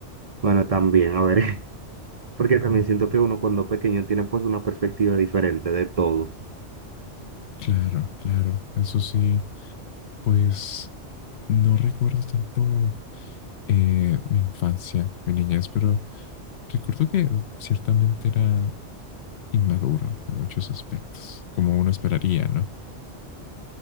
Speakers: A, on the right (about 40°); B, on the left (about 65°).
A: bueno, también, a ver, <laughs> porque también siento que uno cuando pequeño tiene pues una perspectiva diferente de todo.
B: Claro, claro, eso sí, pues no recuerdo tanto eh, mi infancia, mi niñez, pero recuerdo que ciertamente era inmaduro en muchos aspectos, como uno esperaría, ¿no?